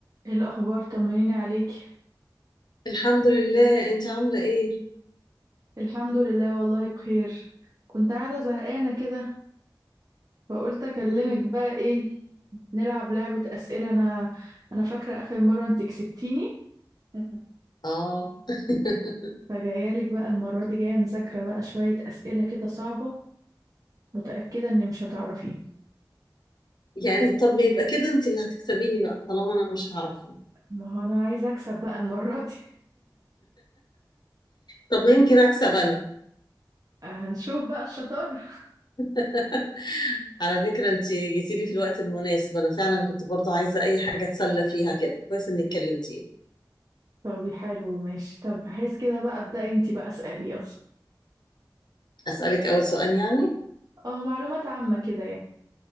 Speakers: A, on the right (about 50°); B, on the left (about 65°).
A: ايه الاخبار طمنيني عليكي
B: الحمد لله انت عامله ايه
A: الحمد لله والله بخير كنت قاعده زهقانه كده فقلت اكلمك
B: مم.
A: بقى ايه نلعب لعبه اسئله انا انا فاكره اخر مره انت كسبتيني <laughs>
B: اه <laughs>
A: فجايه لك بقى المره دي جايه مذاكره بقى شويه اسئله كده صعبه متاكده اني مش هتعرفيه
B: يعني طب يبقى كده انت اللي هتكسبيني بقى طالما انا مش هعرفه
A: ما هو انا عايزه اكسب بقى المره دي
B: طب ما يمكن اكسب انا
A: <laughs> هنشوف بقى الشطاره
B: <laughs> على فكره انت جيتي لي في الوقت المناسب انا فعلا كنت برضو عايزه اي حاجه اتسلى فيها كده كويس انك كلمتيني
A: طب حلو ماشي طب بحيث كده بقى ابدأي انت بقى اسالي يلا
B: اسالك اول سؤال يعني
A: اه معلومات عامه كده